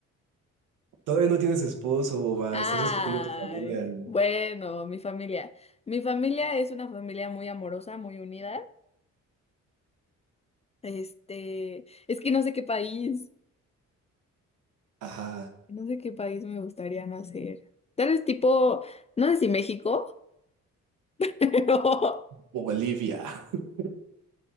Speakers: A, on the right; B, on the left.
A: Todavía no tienes esposo, boba,
B: Ay,
A: estás escogiendo tu familia. ¿no?
B: bueno, mi familia. Mi familia es una familia muy amorosa, muy unida. Este, es que no sé qué país,
A: Ajá.
B: no sé qué país me gustaría nacer. Tal vez tipo, no sé si México, <laughs> pero
A: Bolivia. <laughs>